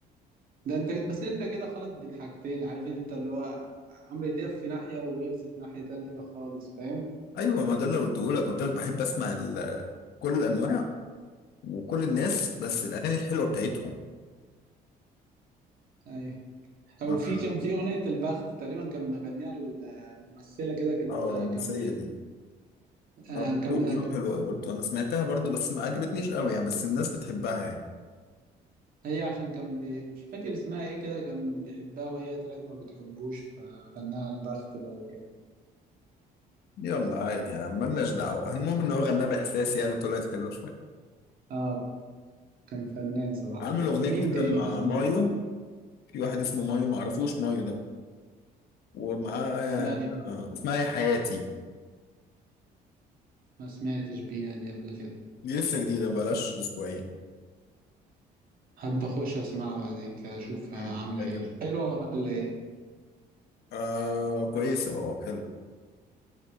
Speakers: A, on the right (about 55°); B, on the left (about 70°).
A: ده أنت بس أنت كده خالط بين حاجتين عارف أنت اللي هو عمرو دياب في ناحية وويلز في ناحية تانية خالص فاهم
B: ايوه ما ده اللي قلته لك قلت لك بحب اسمع ال- كل الانواع وكل الناس بس الاغاني الحلوة بتاعتهم
A: أيوة أو
B: اه
A: في كان في أغنية البخت تقريبا كان مغنيها الممثلة كده كانت
B: آه، الرومانسية
A: آه، كان ب-
B: دي
A: آه،
B: اه بيقولوا
A: كان آه،
B: بيقولوا حلوة قوي برضه انا سمعتها برضه بس ما عجبتنيش قوي يعني بس الناس بتحبها يعني
A: هي عشان كان بي... مش فاكر اسمها ايه كده كان بيحبها وهي طلعت ما بتحبوش ففنها البخت بقى وكده
B: يلا عادي يعني ملناش دعوة المهم ان هو غناه باحساس يعني طلعت حلوة شوية
A: اه كان فنان صراحة
B: عامل اغنيه جديده
A: مين تاني
B: مع
A: مثلا
B: مايو
A: بتس-
B: في واحد اسمه مايو معرفوش مايو ده ومعاه
A: اسمها ايه بقى؟
B: آه، اسمها يا حياتي
A: ما سمعتش بيها دي قبل كده
B: دي لسه جديده بلاش اسبوعين
A: حابة اخش اسمعها بعدين كده اشوفها
B: مم.
A: عاملة
B: تعجبك.
A: ايه حلوة ولا ايه
B: آه كويسه اه حلو